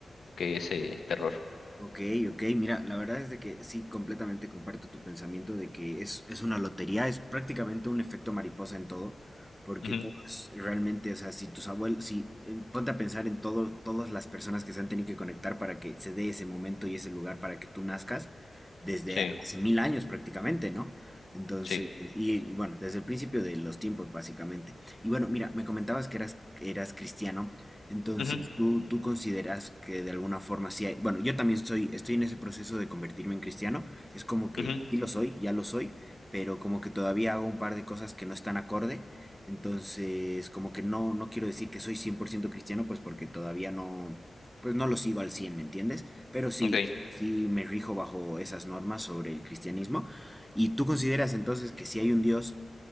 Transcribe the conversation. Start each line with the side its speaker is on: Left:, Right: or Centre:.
Left: que ese terror.
Centre: Ok, ok, mira, la verdad es de que sí, completamente comparto tu pensamiento de que es, es una lotería, es prácticamente un efecto mariposa en todo, porque
Left: Ujú,
Centre: todos realmente, o sea, si tus abuelos, si eh, ponte a pensar en todo, todas las personas que se han tenido que conectar para que se dé ese momento y ese lugar para que tú nazcas, desde
Left: Sí,
Centre: hace mil años prácticamente, ¿no? Entonces,
Left: sí.
Centre: y, y bueno, desde el principio de los tiempos, básicamente. Y bueno, mira, me comentabas que eras, eras cristiano. Entonces,
Left: Ujú,
Centre: ¿tú, tú consideras que de alguna forma sí hay, bueno, yo también soy, estoy en ese proceso de convertirme en cristiano, es como que
Left: ujú,
Centre: sí lo soy, ya lo soy, pero como que todavía hago un par de cosas que no están acorde, entonces como que no, no quiero decir que soy 100% cristiano, pues porque todavía no, pues no lo sigo al cien ¿me entiendes? Pero sí,
Left: Ok.
Centre: sí me rijo bajo esas normas sobre el cristianismo. ¿Y tú consideras entonces que sí hay un Dios